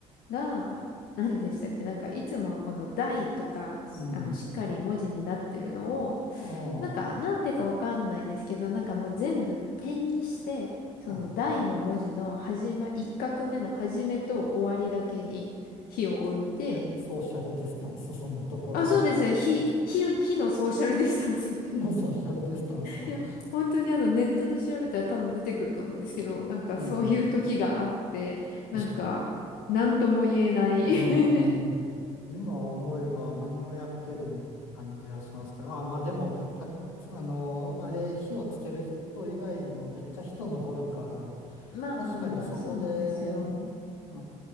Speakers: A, on the left; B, on the left.
A: が、何でしたっけなんかいつもはこの台とか、しあの、
B: うん、
A: しっかり文字になってるのを、
B: あ
A: なんかなんでかわかんないんですけど、なんかもう全部点にして、その台の文字の始ま、
B: あ、あ、
A: 一画目の始めと終わりだけに火を置いて、
B: え、ソーシャルディスタンス、そんなところで、
A: あ、そうですね。火、火、火のソーシャルディスタンスみたいな。
B: のソーシャルディスタンスを、
A: いや、本当にあのネットで調べたら多分出てくると思うんですけど、なんかそういう時があって、
B: うん。<laughs>
A: なんか、なんとも言えない
B: うん、
A: <laughs>
B: 今思えば何をやってるんやって感じはしますけど、あ、まあでも、た、あの、あれ、火をつける人以外にもめっちゃ人登るから、
A: まあまあまあ、
B: 確かにそこで、
A: そうなんですよ。
B: う